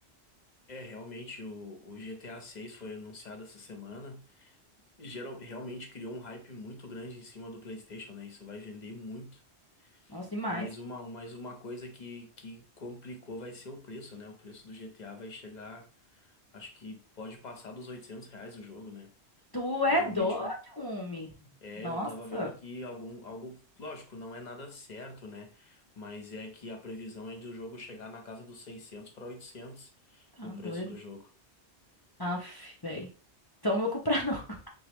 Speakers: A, on the left; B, on the left.
A: É, realmente, o, o GTA seis foi anunciado essa semana e geral, realmente criou um hype muito grande em cima do PlayStation, né? Isso vai vender muito.
B: Nossa, demais.
A: Mas uma, mas uma coisa que, que complicou vai ser o preço, né? O preço do GTA vai chegar, acho que pode passar dos 800 reais o jogo, né?
B: Tu
A: É
B: é
A: realmente
B: doido, homem.
A: É,
B: Nossa,
A: eu tava vendo que algum, algo, lógico, não é nada certo, né? Mas é que a previsão é de o jogo chegar na casa dos 600 para 800
B: tá
A: o preço
B: doido.
A: do jogo.
B: Aff, velho. Então não vou comprar, não. <laughs>